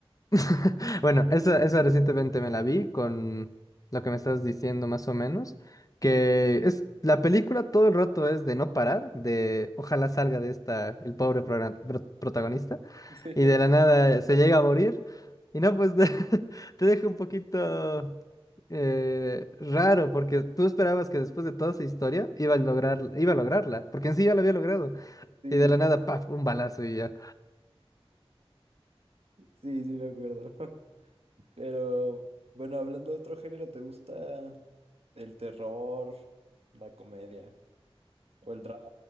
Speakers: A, on the left; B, on the right.
A: <laughs> Bueno, esa, esa recientemente me la vi con lo que me estás diciendo más o menos, que es la película todo el rato es de no parar, de ojalá salga de esta el pobre progra- pro- protagonista
B: <laughs>
A: y de la nada se llega a morir y no, pues <laughs> te deja un poquito eh, raro porque tú esperabas que después de toda esa historia iba a lograr, iba a lograrla, porque en sí ya lo había logrado
B: Sí,
A: y de la
B: sí,
A: nada, paf, un balazo y ya.
B: sí, sí, me acuerdo. <laughs> Pero, bueno, hablando de otro género, ¿te gusta el terror, la comedia o el drama?